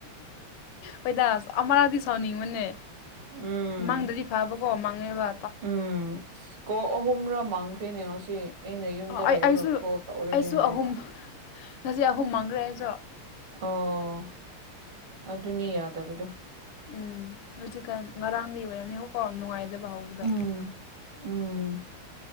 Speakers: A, on the left; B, on the right.
A: ꯍꯣꯏꯗꯥ ꯑꯃꯔꯥꯛꯗꯤ ꯁꯥꯎꯅꯤꯡꯕꯅꯦ
B: ꯎꯝ
A: ꯃꯪꯗꯗꯤ ꯐꯥꯕꯀꯣ ꯃꯪꯉꯦꯕ
B: ꯎꯝ ꯑꯁ ꯀꯣꯛ ꯑꯍꯨꯝꯔꯥꯛ ꯃꯥꯡꯈ꯭ꯔꯦꯅꯦ ꯉꯁꯤ ꯑꯩꯅ ꯌꯨꯝꯗ
A: ꯑꯩ
B: ꯂꯩꯔꯒ
A: ꯑꯩꯁꯨ
B: ꯀꯣꯜ ꯇꯧꯔꯒꯦ
A: ꯑꯩꯁꯨ
B: ꯍꯥꯏꯔꯒ
A: ꯑꯍꯨꯝ ꯉꯁꯤ ꯑꯍꯨꯝ ꯃꯪꯈ꯭ꯔꯦ ꯑꯩꯁꯨ
B: ꯑꯣ ꯑꯗꯨꯅꯦ ꯌꯥꯗꯕꯗꯣ
A: ꯎꯝ ꯍꯧꯖꯤꯛꯀꯥꯟ ꯉꯔꯥꯡꯗꯤ ꯑꯣꯏꯔꯝꯅꯤ ꯍꯣꯀꯣ ꯅꯨꯡꯉꯥꯏꯗꯕ ꯍꯧꯕꯗꯣ
B: ꯎꯝ ꯎꯝ